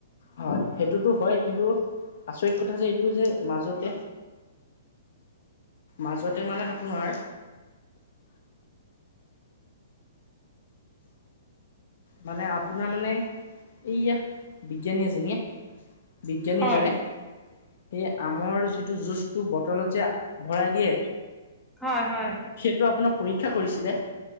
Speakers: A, on the left; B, in the centre.
A: হয় সেইটোতো হয় কিন্তু আচৰিত কথা যে এইটো যে মাজতে মাজতে মানে আপোনাৰ মানে আপোনাৰ মানে এইয়া বিজ্ঞানী এজনে বিজ্ঞানী
B: হয়
A: এজনে সেই আমৰ যিটো যুঁজ বটলত যে ভৰাই দিয়ে
B: হয় হয়
A: সেইটো আপোনাৰ পৰীক্ষা কৰিছিলে